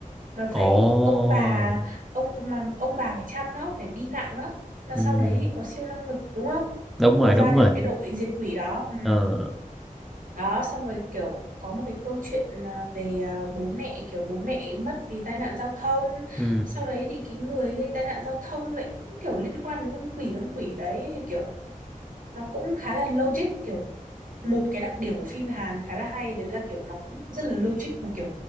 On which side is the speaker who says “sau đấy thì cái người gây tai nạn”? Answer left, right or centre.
Right